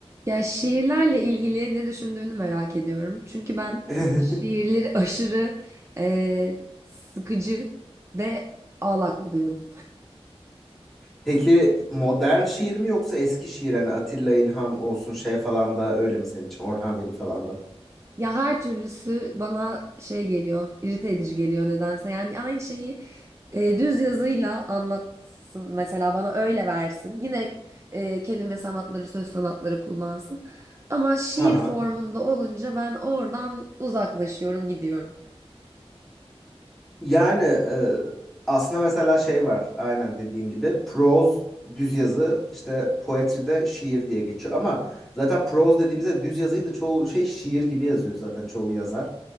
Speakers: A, on the right; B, in the centre.
A: Ya şiirlerle ilgili ne düşündüğünü merak ediyorum. Çünkü ben
B: <laughs>
A: şiirleri <laughs> aşırı eee, sıkıcı ve ağlak buluyorum.
B: Peki modern şiir mi yoksa eski şiir hani Atilla İlhan olsun şey falan da öyle mi senin için Orhan Veli falan da?
A: Ya her türlüsü bana şey geliyor, irite edici geliyor nedense. Yani aynı şeyi eee, düz yazıyla anlatsın mesela bana öyle versin. Yine eee, kelime sanatları, söz sanatları kullansın. Ama şiir
B: Ha ha.
A: formunda olunca ben oradan uzaklaşıyorum, gidiyorum.
B: Yani e, aslında mesela şey var aynen dediğin gibi proz düz yazı işte poetride şiir diye geçiyor ama zaten proz dediğimizde düz yazıyı da çoğu şey şiir gibi yazıyor zaten çoğu yazar.